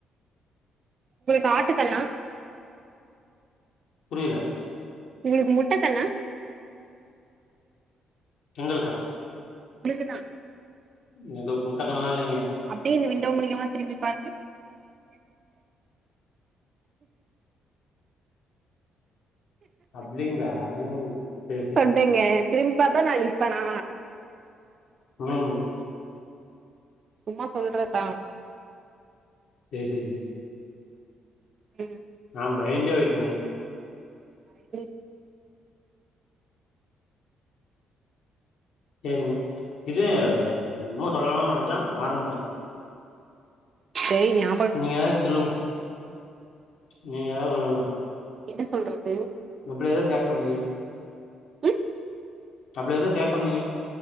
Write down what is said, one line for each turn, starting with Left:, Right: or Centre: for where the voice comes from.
Right: உங்களுக்கு காட்டு கண்ணா
Left: புரியல
Right: உங்ளுக்கு முட்டக்கண்ணா
Left: எங்களுக்கா
Right: உங்ளுக்கு தா
Left: எங்ளுக்கு முட்ட கண்லா இல்லங்க
Right: அப்டியே இந்த விண்டோ மூலியமா திரும்பிப்பாருங்க
Left: அப்டிங்ளா சேர் சேர்
Right: ஏங்க திரும்பாத்தா நா நிப்பனா
Left: ம்
Right: சும்மா சொல்றத்தா
Left: கேசரி
Right: ம்
Left: நா பய்ந்தே ஓய்ட்டேங்க
Right: <inaudible>
Left: சேரிங்க இது ன்னமோ சொல்லனுன் நெனச்ச மறந்துட்டே
Right: சேரி நா
Left: நீங்க எதாவது சொல்லுங் நீங்க எதாவது சொல்லுங்க
Right: என்ன சொல்றது
Left: ஒ அப்டல எதா கேக் வந்திங்
Right: ம்
Left: அப்பல எதோ கேக் வந்தீங்க